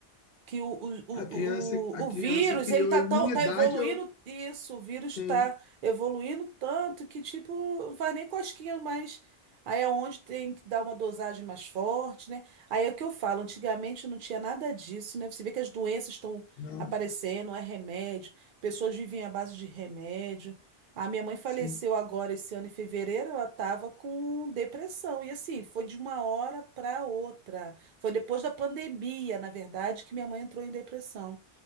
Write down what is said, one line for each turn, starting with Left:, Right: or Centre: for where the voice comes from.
Right: que o, o, o,
Left: a criança, a
Right: o
Left: criança
Right: o vírus,
Left: criou
Right: ele tá
Left: imunidade.
Right: tão, tá evoluindo,
Left: Eu...
Right: isso, o vírus
Left: Sim,
Right: tá evoluindo tanto que, tipo, não faz nem cosquinha mais. Aí é onde tem que dar uma dosagem mais forte, né? Aí é o que eu falo, antigamente não tinha nada disso, né? Você vê que as doenças estão
Left: não,
Right: aparecendo, é remédio, pessoas vivem à base de remédio. A minha mãe faleceu
Left: sim,
Right: agora esse ano em fevereiro, ela estava com depressão. E assim, foi de uma hora para outra. Foi depois da pandemia, na verdade, que minha mãe entrou em depressão.